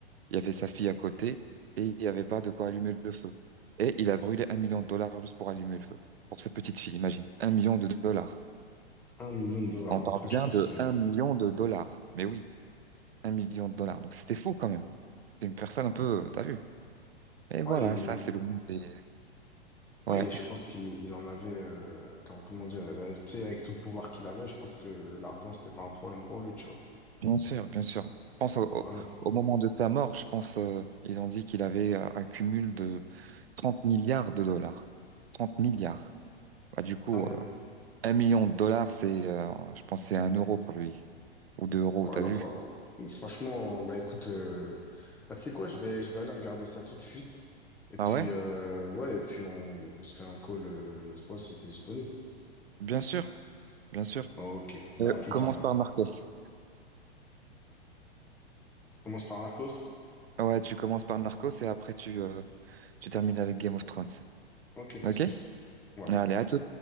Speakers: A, on the right; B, in the centre.
A: Il y avait sa fille à côté et il n'y avait pas de quoi allumer le feu. Et il a brûlé un million de dollars juste pour allumer le feu. Pour sa petite fille, imagine. Un million de dollars.
B: hein. Un million de dollars.
A: On
B: Bah,
A: parle
B: Après, je
A: bien
B: pense
A: de
B: que...
A: un million de dollars. Mais oui, un million de dollars. Donc c'était fou quand même. C'est une personne un peu, t'as vu. Et voilà,
B: Ouais,
A: ça c'est le monde des... Ouais,
B: Ouais, et je pense qu'il il en avait, euh, comment, comment dire, eh ben, tu sais, avec tout le pouvoir qu'il avait, je pense que l'argent, c'était pas un problème pour lui, tu vois.
A: bien sûr, bien sûr. Je pense au,
B: Puis
A: au-
B: voilà.
A: au moment de sa mort, je pense, euh, ils ont dit qu'il avait euh, un cumul de 30 milliards de dollars. trente milliards. Bah, du coup,
B: Ah, ouais.
A: euh, Un million de dollars, c'est, euh, je pense, que c'est un euro pour lui. Ou deux euros,
B: Ouais,
A: t'as
B: non,
A: vu?
B: fran- franchement, bah écoute, euh, bah, tu sais quoi, je vais, je vais aller regarder ça tout de suite. Et puis,
A: Ah ouais?
B: euh, ouais, et puis on, on se fait un call euh, une autre fois si t'es disponible.
A: Bien sûr, bien sûr.
B: Oh, Ok, bah
A: Euh,
B: à plus
A: commence
B: tard.
A: par Narcos.
B: Ça commence par Marcos?
A: Ouais, tu commences par Narcos et après tu, euh, tu termines avec Game of Thrones.
B: Ok, pas
A: Ok?
B: de souci. Ouais.
A: Allez, à tout.